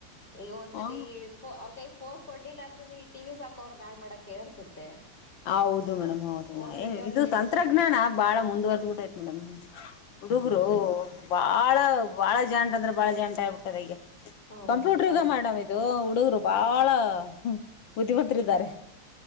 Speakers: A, on the left; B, on the left.
A: ಈಗ ಒಂದ್ಸತಿ
B: ಹ
A: ಅವ್ರ ಕೈ ಫೋನ್ ಕೊಡ್ಲಿಲ್ಲ ಅಂದ್ರೂ ಈ ಟಿ ವಿ ಸ ಅವರ್ ನಾಳ್ ಮಾಡಕ ಅನ್ಸುತ್ತೆ
B: ಹೌದು ಮೇಡಮ್
A: ಆ,
B: ಹೌದಿನ
A: ಒಂದ್ಸತಿ ಅವ್ರು
B: ಇದು
A: ಎಷ್ಟ್
B: ತಂತ್ರಜ್ಞಾನ ಬಾಳ ಮುಂದುವರೆದು ಬಿಟ್ಟಿದ ಆ್ತತ್ ಮೇಡಮ್ ಹುಡುಗರು ಬಾಳ ಬಾಳ ಜಂಟ್ ಅಂದ್ರೆ ಬಾಳ ಜಂಟ ಆಗ್ಬಿಟ್ಟದ ಈಗ
A: ಹೌದು
B: ಕಂಪ್ಯೂಟರ್ಗ
A: ಅದ್
B: ಮಾಡ್ ಇದು ಹುಡುಗರು ಬಾಳ ಬುದ್ದಿವಂತರು ಇದಾರೆ.